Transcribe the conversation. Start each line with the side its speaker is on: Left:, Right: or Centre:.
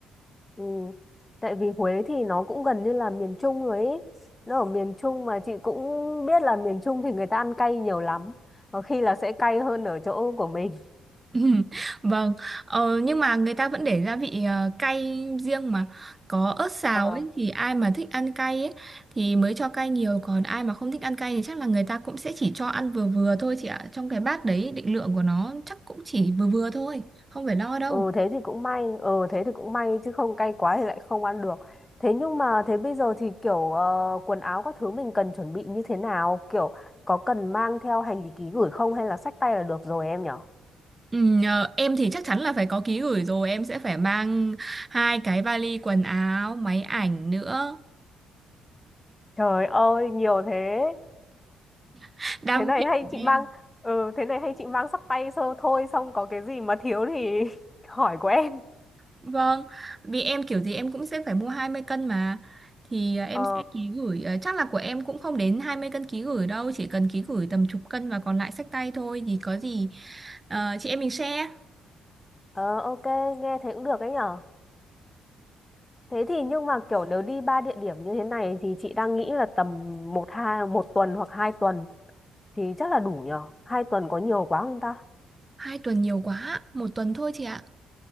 Left: Ừ. Tại vì Huế thì nó cũng gần như là miền Trung rồi ấy. Nó ở miền Trung mà chị cũng biết là miền Trung thì người ta ăn cay nhiều lắm. Có khi là sẽ cay hơn ở chỗ của mình. <laughs>
Right: <laughs> Ừm, Vâng, ờ, nhưng mà người ta vẫn để gia vị ờ, cay riêng mà có ớt xào
Left: Ờ,
Right: ấy thì ai mà thích ăn cay ấy thì mới cho cay nhiều còn ai mà không thích ăn cay thì chắc là người ta cũng sẽ chỉ cho ăn vừa vừa thôi chị ạ. Trong cái bát đấy định lượng của nó chắc cũng chỉ vừa vừa thôi, không phải lo đâu.
Left: ừ thế thì cũng may. Ừ thế thì cũng may chứ không cay quá thì lại không ăn được. Thế nhưng mà thế bây giờ thì kiểu ờ, quần áo các thứ mình cần chuẩn bị như thế nào? Kiểu có cần mang theo hành lý ký gửi không hay là xách tay là được rồi em nhở?
Right: Ừ, ờ, em thì chắc chắn là phải có ký gửi rồi, em sẽ phải mang hai cái vali quần áo, máy ảnh nữa.
Left: Trời ơi, nhiều thế.
Right: <laughs> Đam
Left: thế này
Right: mê
Left: hay
Right: của
Left: chị mang
Right: em.
Left: ừ thế này hay chị mang sắc tay sơ thôi xong có cái gì mà thiếu thì <laughs> hỏi của em
Right: Vâng, vì em kiểu gì em cũng sẽ phải mua 20 cân mà. Thì à, em
Left: Ờ,
Right: sẽ ký gửi, à, chắc là của em cũng không đến 20 cân ký gửi đâu, chỉ cần ký gửi tầm chục cân và còn lại xách tay thôi thì có gì ờ, chị em mình share.
Left: ờ ok, nghe thế cũng được ấy nhở. Thế thì nhưng mà kiểu nếu đi ba địa điểm như thế này thì chị đang nghĩ là tầm một hai một tuần hoặc hai tuần thì chắc là đủ nhở. Hai tuần có nhiều quá không ta?
Right: Hai tuần nhiều quá, một tuần thôi chị ạ.